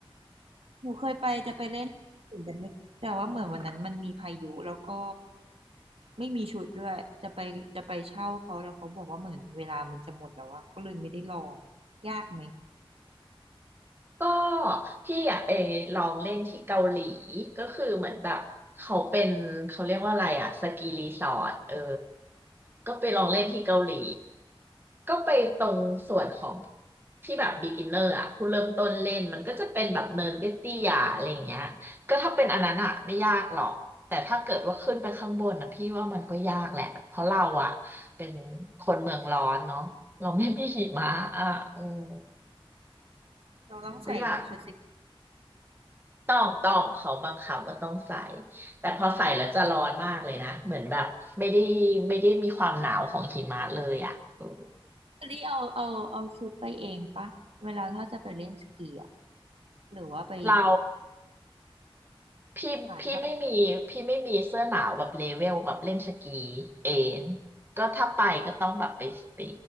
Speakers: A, on the right; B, on the right.
A: หนูเคยไปจะไปเล่นอื่ปุ่นแต่ไม่แต่ว่าเหมือนวันนั้นมันมีพายุแล้วก็ไม่มีชุดด้วยจะไปจะไปเช่าเขาแล้วเขาบอกว่าเหมือนเวลามันจะหมดแล้วอะก็เลยไม่ได้ลองยากไหม
B: ก็พี่อะไปลองเล่นที่เกาหลีก็คือเหมือนแบบเขาเป็นเขาเรียกว่าอะไรอะสกีรีสอร์ทเออก็ไปลองเล่นที่เกาหลีก็ไปตรงส่วนของที่แบบ beginner อะผู้เริ่มต้นเล่นมันก็จะเป็นแบบเนินเตี้ยๆอะไรอย่างเงี้ยก็ถ้าเป็นอันนั้นอะไม่ยากหรอกแต่ถ้าเกิดว่าขึ้นไปข้างบนนะพี่ว่ามันก็ยากแหละเพราะเราอะเป็นคนเมืองร้อนเนาะเราไม่มีหิมะอ่ะอืม
A: เราต้องใส่ชุดสกี
B: ก็ยาก ต้องต้องเขาบังคับว่าต้องใส่แต่พอใส่แล้วจะร้อนมากเลยนะ เหมือนแบบไม่ได้ไม่ได้มีความหนาวของหิมะเลยอ่ะเออ
A: หรือเอาเอาเอาชุดไปเองปะเวลาถ้าจะไปเล่นสกีอะหรือว่าไป
B: เราพี่พี่ไม่มีพี่ไม่มีเสื้อหนาวแบบเลเวลแบบเล่นสกี
A: หาเช่า
B: เองก็ถ้าไปก็ต้องแบบไปไป